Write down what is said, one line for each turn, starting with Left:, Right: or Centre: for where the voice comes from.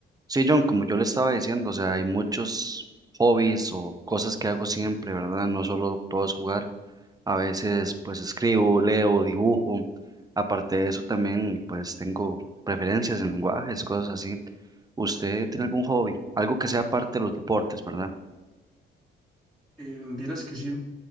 Right: Sí, John, como yo le estaba diciendo, o sea, hay muchos hobbies o cosas que hago siempre, ¿verdad? No solo todo es jugar, a veces pues escribo, leo, dibujo, aparte de eso también pues tengo preferencias en lenguajes, cosas así. ¿Usted tiene algún hobby? Algo que sea parte de los deportes, ¿verdad?
Centre: Eh, vieras que sí,